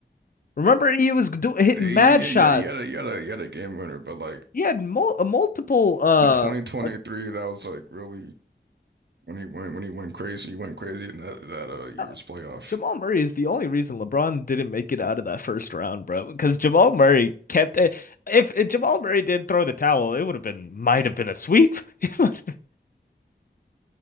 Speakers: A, on the left; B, on the right.
A: Remember he was do hitting
B: hey,
A: mad
B: yeah, yeah,
A: shots.
B: yeah. You had a, you had a, you had a game winner, but like
A: He had mul multiple uh
B: in 2023, that was like really when he went when he went crazy. He went crazy in that that uh year's
A: No.
B: playoff.
A: Jamal Murray is the only reason LeBron didn't make it out of that first round, bro. Because Jamal Murray kept it. If, if Jamal Murray did throw the towel, it would have been might have been a sweep. <laughs> It might have been-